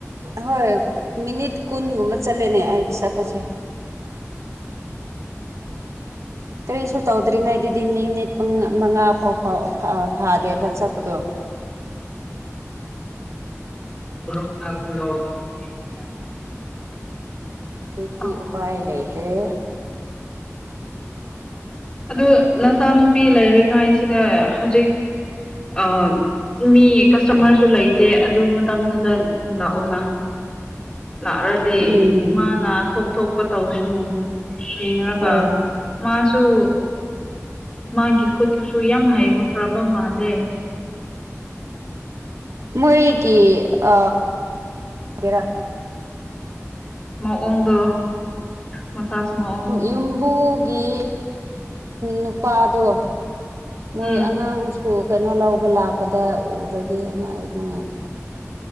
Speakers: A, on the right; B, on the left.
A: ꯍꯣꯏ ꯃꯤꯅꯤꯠ ꯀꯨꯟꯒꯨꯝꯕ ꯆꯠꯂꯦꯅꯦ ꯑꯩ ꯆꯠꯄꯁꯦ
B: <inaudible>
A: ꯀꯔꯤꯁꯨ ꯇꯧꯗ꯭ꯔꯤꯉꯩꯗꯗꯤ ꯃꯤꯅꯤꯠ ꯄꯨꯡ ꯃꯉꯥ ꯐꯥꯎ ꯐꯥꯗꯦꯕ ꯆꯠꯄꯗꯣ
B: <inaudible>
A: ꯁꯦꯇꯤ
B: ꯑꯥ
A: ꯎꯄꯥꯏ ꯂꯩꯇ꯭ꯔꯦ
B: ꯑ ꯅꯆꯥꯅꯨꯄꯤ ꯂꯩꯔꯤꯉꯥꯏꯁꯤꯗ ꯍꯧꯖꯤꯛ ꯑ ꯃꯤ ꯀꯁꯇꯃꯔꯁꯨ ꯂꯩꯇꯦ ꯑꯗꯨ ꯃꯇꯝꯗꯨꯗ ꯂꯥꯛꯑꯣꯅ ꯂꯥꯛꯑꯗꯤ
A: ꯎꯝ
B: ꯃꯥꯅ ꯊꯣꯛ ꯊꯣꯛꯄ ꯇꯧꯁꯅꯨ ꯇꯀꯥ
A: ꯍꯣꯏ
B: ꯃꯥꯁꯨꯁꯨ ꯃꯥꯒꯤ ꯈꯨꯠꯇꯨꯁꯨ ꯌꯥꯝ ꯍꯩꯕ ꯐ꯭ꯔꯕ ꯃꯥꯜꯂꯦ
A: ꯃꯣꯔꯤ ꯀ ꯑꯔ
B: ꯃꯑꯣꯡꯗꯣ ꯃꯁꯥꯁ ꯃꯑꯣꯡ
A: ꯌꯨꯝꯕꯨꯒꯤ ꯅꯨꯄꯥꯗꯣ ꯃꯣꯏ
B: ꯎꯝ
A: ꯑꯉꯥꯡ ꯀꯩꯅꯣ ꯂꯧꯕ ꯂꯥꯛꯄꯗ ꯎꯔꯗꯤꯅ ꯑꯩ ꯅꯨꯡꯉꯥꯏꯇꯕ